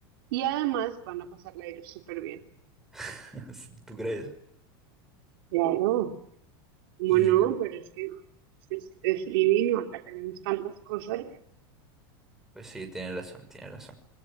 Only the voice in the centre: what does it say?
<laughs> ¿Tú crees?
Y
pues sí, tienes razón, tienes razón.